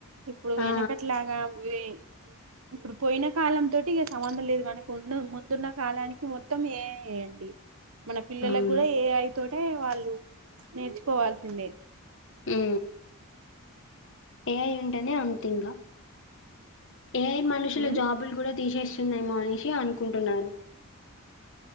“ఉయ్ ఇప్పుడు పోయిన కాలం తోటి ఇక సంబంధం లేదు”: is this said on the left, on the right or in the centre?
Right